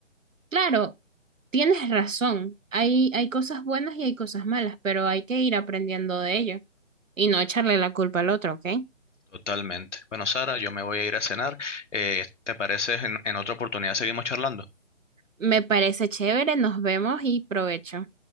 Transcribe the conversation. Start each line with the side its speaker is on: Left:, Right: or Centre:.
Right: claro, tienes razón, hay, hay cosas buenas y hay cosas malas, pero hay que ir aprendiendo de ello y no echarle la culpa al otro, ¿ok?
Left: Totalmente. Bueno, Sara, yo me voy a ir a cenar. Eh, ¿te parece en en otra oportunidad seguimos charlando?
Right: Me parece chévere, nos vemos y provecho.